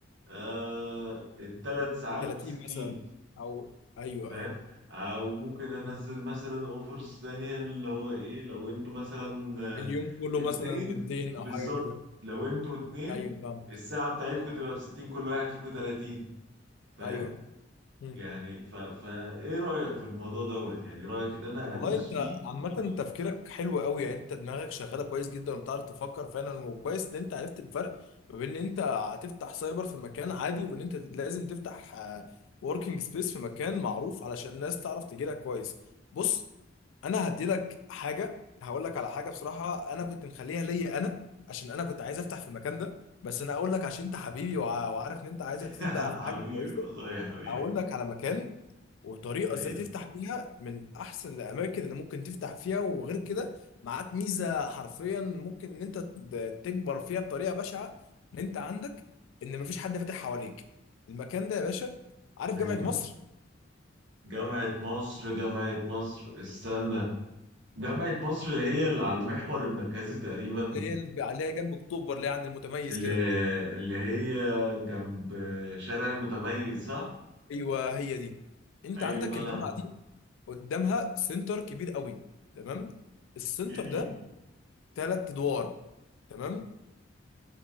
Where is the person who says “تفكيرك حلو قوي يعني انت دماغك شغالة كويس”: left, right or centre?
Left